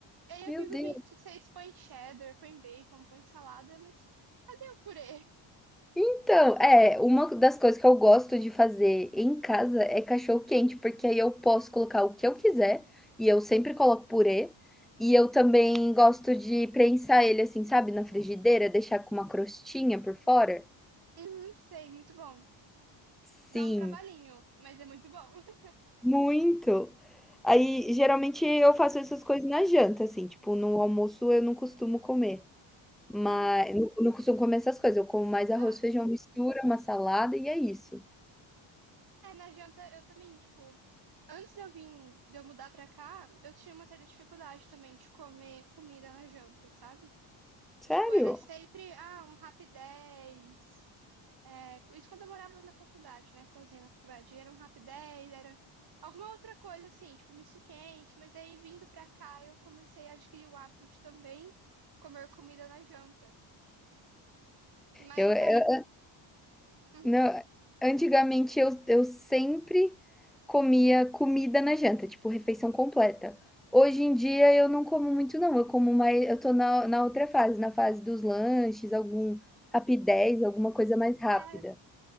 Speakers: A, on the right; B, in the centre.
A: Aí eu
B: Meu
A: fico,
B: Deus.
A: gente, vocês põem cheddar, põem bacon, põem salada, mas cadê o purê?
B: Então, é, uma das coisas que eu gosto de fazer em casa é cachorro quente, porque aí eu posso colocar o que eu quiser e eu sempre coloco purê. E eu também gosto de prensar ele assim, sabe, na frigideira, deixar com uma crostinha por fora.
A: Uhum, sei, muito bom.
B: Sim,
A: Dá um trabalhinho, mas é muito bom. <laughs>
B: Muito. Aí, geralmente, eu faço essas coisas na janta, assim, tipo, no almoço eu não costumo comer, mas
A: Uhum.
B: não não costumo comer essas coisas, eu como mais arroz,
A: Não,
B: feijão,
A: sim.
B: mistura, uma salada e é isso.
A: É, na janta eu também, tipo, antes de eu vir, de eu mudar pra cá, eu tinha uma certa dificuldade também de comer comida na janta, sabe?
B: Sério.
A: Tipo, era sempre, ah, um Rapidez. É, isso quando eu morava na faculdade, né? Sozinha na faculdade. Era um Rapidez, era alguma outra coisa, assim, tipo, um misto quente. Mas aí, vindo pra cá, eu comecei a adquirir o hábito de também comer comida na janta. Mas
B: Eu eu
A: aí, uhum,
B: não, antigamente eu eu sempre comia comida na janta, tipo, refeição completa. Hoje em dia eu não como muito não, eu como mais eu tô na na outra fase, na fase dos lanches, algum Rapidez, alguma coisa mais rápida.
A: é,